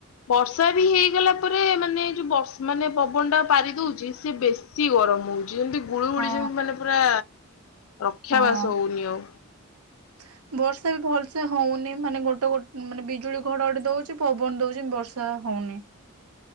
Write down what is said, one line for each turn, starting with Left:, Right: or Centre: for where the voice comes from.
Left: ବର୍ଷା ବି ହେଇଗଲା ପରେ ମାନେ ଯୋଉ ବଷ ମାନେ ପବନ୍ ଟା ପାରି ଦଉଚି ସେ ବେ ଶୀ ଗରମ୍ ହଉଚି, ଯେମିତି ଗୁଳୁଗୁଳି
Right: ହଁ
Left: ଯେମିତି ମାନେ ପୁରା ରକ୍ଷାବାସ
Right: ହଁ
Left: ହଉନି ଆଉ।
Right: <inaudible> ବର୍ଷା ବି ଭଲସେ ହଉନି ମାନେ ଗୋଟେ ଗୋ ମାନେ ବିଜୁଳି ଘଡଘଡି ଦଉଚି ପବନ ଦଉଚି ବ ର୍ଷା ହଉନି।